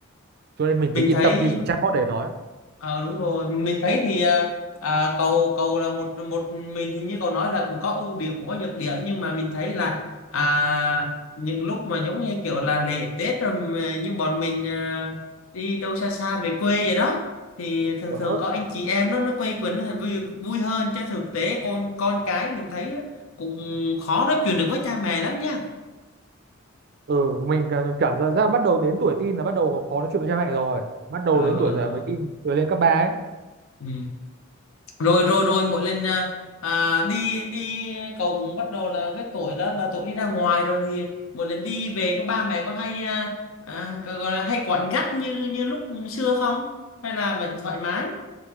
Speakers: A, on the right; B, on the left.
A: cho nên mình thấy
B: mình
A: yên
B: thấy
A: tâm khi dùng chatbot để nói
B: ờ đúng rồi mình thấy thì à, à, cầu cầu là một một mình thì như cậu nói là cũng có ưu điểm cũng có nhược điểm nhưng mà mình thấy là à, những lúc mà giống như kiểu là lễ Tết rồi mà như bọn mình à, đi đâu xa xa về quê vậy đó thì thường
A: Ừ.
B: thường có anh chị em nó nó quây quần nó vui vui hơn chứ thực tế con con cái mình thấy cũng khó nói chuyện được với cha mẹ lắm nha
A: ừ mình cảm cảm giác ra bắt đầu đến tuổi teen là bắt đầu khó nói chuyện với cha mẹ rồi bắt đầu
B: ờ
A: đến tuổi
B: ờ
A: dậy mới teen rồi lên cấp ba ấy
B: ừ. rồi rồi rồi mỗi lần à, à, đi đi cậu cũng bắt đầu là cái tuổi đó là tuổi đi ra ngoài rồi thì mỗi lần đi về có ba mẹ có hay à, à, gọi là hay quặn gắt như như lúc xưa không hay là vẫn thoải mái